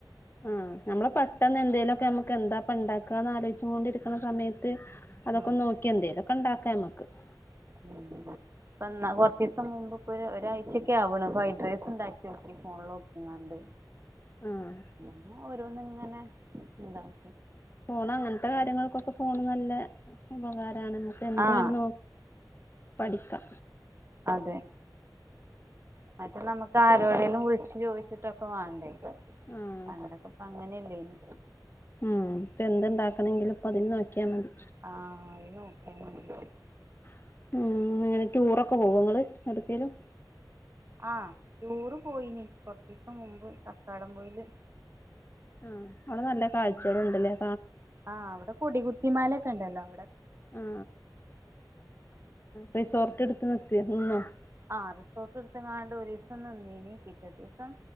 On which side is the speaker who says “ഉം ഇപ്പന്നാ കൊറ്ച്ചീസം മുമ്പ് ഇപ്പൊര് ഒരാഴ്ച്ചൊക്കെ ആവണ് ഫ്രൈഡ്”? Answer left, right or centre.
Right